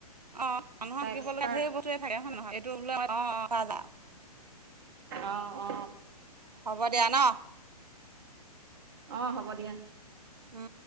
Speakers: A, on the right; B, on the right.
A: অ মানুহৰ
B: তাই
A: শিকিব
B: এক্সপাৰ্ট
A: লগা ঢেৰ বস্তুৱে থাকে হয় নহয়? এইটো বোলে অ <unintelligible> অ এনেকুৱা যা
B: অ অ
A: হ'ব দিয়া ন?
B: অ হ'ব দিয়া।
A: উম